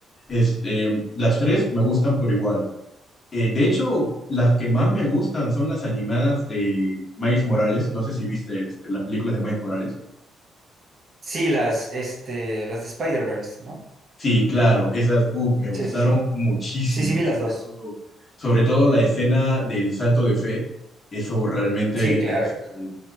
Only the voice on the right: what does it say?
Sí, las, este, las de Spider-Verse, ¿no?
Sí, sí, sí.
Sí, sí, vi
las dos.
Sí, claro.